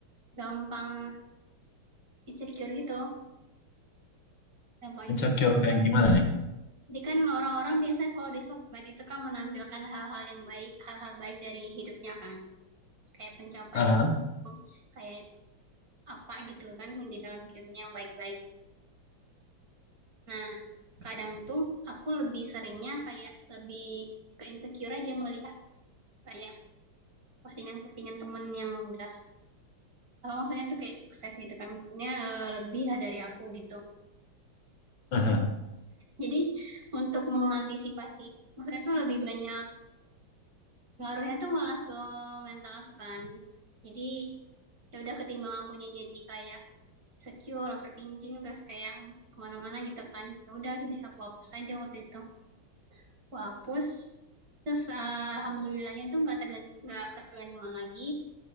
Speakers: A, on the right (about 45°); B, on the left (about 65°).
A: gampang insecure gitu, gampang insecure.
B: Insecure kayak gimana nih?
A: Jadi kan orang-orang biasanya kalau di sosmed itu kan menampilkan hal-hal yang baik, hal-hal baik dari hidupnya kan. Kayak pencapaian
B: Aha,
A: hidup, kayak apa gitu kan di dalam hidupnya yang baik-baik. Nah, kadang tuh aku lebih seringnya kayak lebih ke insecure aja melihat kayak postingan-postingan temen yang udah apa maksudnya tuh kayak sukses gitu kan maksudnya eh, lebih lah dari aku gitu
B: aha.
A: jadi untuk mengantisipasi maksudnya tuh lebih banyak ngaruhnya tuh malah ke mental aku kan jadi ya udah ketimbang akunya jadi kayak secure overthinking terus kayak kemana-mana gitu kan ya udah deh aku hapus aja waktu itu aku hapus terus eh, alhamdulillahnya tuh nggak tergant- nggak ketergantungan lagi